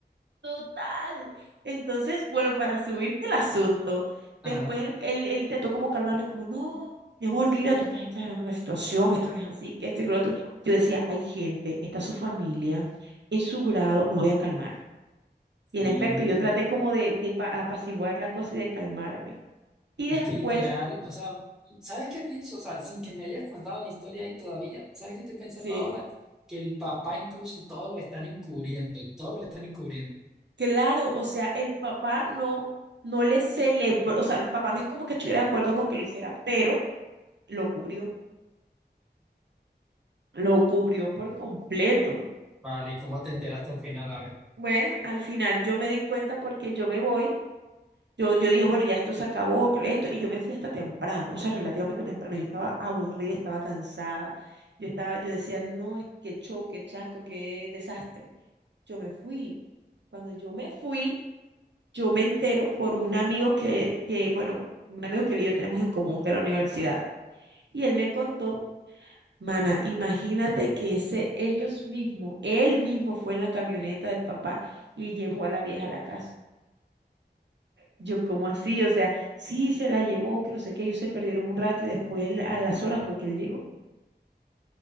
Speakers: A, on the right (about 80°); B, in the centre.
A: Total. Entonces, bueno, para resumir el asunto,
B: Ajá.
A: después él, él, él intentó como calmarme, como, no, mi amor, mira, tú estás exagerando la situación, esto no es así, que esto y que lo otro. Yo decía, hay gente, está su familia, es su grado, me voy a calmar.
B: Sí.
A: Y en efecto, yo traté como de, de pa- apaciguar la cosa y de calmarme. Y
B: Es
A: después,
B: que literal, o sea, ¿sabes qué pienso? O sea, sin que me hayas contado la historia ahí todavía, ¿sabes qué estoy pensando
A: Sí,
B: ahora? Que el papá incluso y todo lo están encubriendo, y todo lo están encubriendo.
A: claro, o sea, el papá no, no le celebró, o sea, el papá no es como que estuviera de acuerdo con que lo hiciera, pero lo cubrió, lo cubrió por completo.
B: Vale, ¿y cómo te enteraste al final? A ver,
A: Bueno, al final yo me di cuenta porque yo me voy, yo, yo dije, bueno, ya esto se acabó, que esto, y yo me fui hasta temprano, o sea, relativamente temprano, yo estaba aburrida, estaba cansada, yo estaba, yo decía, no, es que show, qué chasco, qué desastre. yo me fui. Cuando yo me fui, yo me entero por un amigo que, que, bueno, un amigo que él y yo tenemos en común de la universidad. Y él me contó, mana, imagínate que ese ellos mismos, él mismo fue en la camioneta del papá y llevó a la vieja a la casa. Yo, cómo así? O sea, sí se la llevó, que no sé qué, ellos se perdieron un rato y después él- a las horas fue que él llegó.